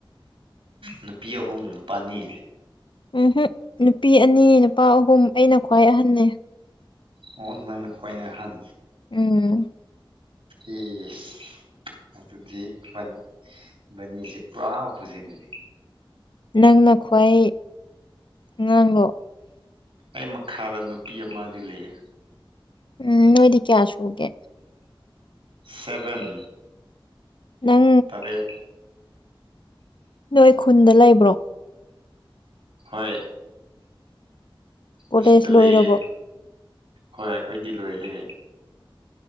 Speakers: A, on the right (about 80°); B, on the left (about 60°).
A: ꯅꯨꯄꯤ ꯑꯍꯨꯝ ꯅꯨꯄꯥꯅꯤ
B: ꯎꯝꯍꯨꯝ ꯅꯨꯄꯤ ꯑꯅꯤ ꯅꯨꯄꯥ ꯑꯍꯨꯝ ꯑꯩꯅ ꯈ꯭ꯋꯥꯏ ꯑꯍꯟꯅꯦ
A: ꯑꯣ ꯅꯪꯅ ꯈꯣꯏꯅ ꯑꯍꯟ
B: ꯎꯝ
A: ꯏꯁ ꯑꯗꯨꯗꯤ ꯏꯕꯅꯤ ꯏꯕꯥꯅꯤꯁꯦ ꯄꯨꯔꯥ ꯑꯣꯄꯣꯖꯤꯠꯅꯤꯅꯦ
B: ꯅꯪꯅ ꯈ꯭ꯋꯥꯏ ꯉꯥꯡꯂꯣ
A: ꯑꯩ ꯃꯈꯥꯗ ꯅꯨꯄꯤ ꯑꯃꯗꯤ ꯂꯩꯌꯦ
B: ꯎꯝ ꯅꯣꯏꯗꯤ ꯀꯌꯥ ꯁꯨꯒꯦ
A: ꯁꯦꯕꯦꯟ
B: ꯅꯪ
A: ꯇꯔꯦꯠ
B: ꯅꯣꯏ ꯈꯨꯟꯗ ꯂꯩꯕ꯭ꯔꯣ
A: ꯍꯣꯏ
B: ꯀꯣꯂꯦꯖ
A: ꯑꯁꯤꯗ
B: ꯂꯣꯏꯔꯕꫭ
A: ꯂꯩꯌꯦ ꯍꯣꯏ ꯑꯩꯈꯣꯏꯗꯤ ꯂꯣꯏꯔꯦ